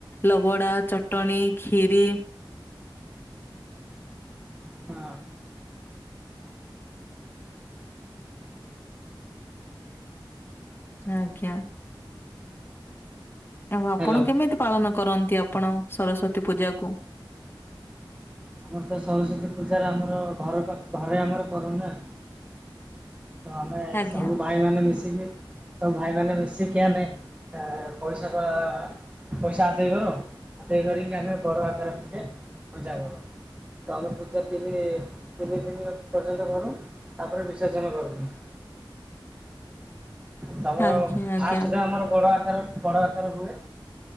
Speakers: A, on the left; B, on the right.
A: ଲବଡା ଚଟଣୀ ଖିରି
B: ହଁ,
A: ଆଜ୍ଞା। ଏବଂ ଆପଣ
B: ହ୍ୟାଲୋ
A: କେମିତି ପାଳନ କରନ୍ତି ଆପଣ ସରସ୍ଵତୀ ପୂଜାକୁ
B: ଆମର ତ ସରସ୍ଵତୀ ପୂଜାରେ ଆମର ଘର ପାଖ ଘରେ ଆମର କରୁନା। ତ ଆମେ
A: ଆଜ୍ଞା
B: ସବୁ ଭାଇ ମାନେ ମିଶିକି ସବୁ ଭାଇ ମାନେ ମିଶିକି ଆମେ ପଇସା ପଇସା ଆଦାୟ କରୁ। ଆଦାୟ କରିକି ଆମେ ବଡ ଆକାର ଟିକେ ପୂଜା କରୁ। ତ ଆମେ ପୂଜା ତିନି ତିନି ଦିନ ପର୍ଯ୍ୟନ୍ତ କରୁ। ତା ପରେ ବିସର୍ଜନ କରିଦଉ। ତ ଆମର
A: ଆଜ୍ଞା ଆଜ୍ଞା
B: ଫାଷ୍ଟ୍ ଟା ଆମର ବଡ ଆକାର ବଡ ଆକାର ହୁଏ।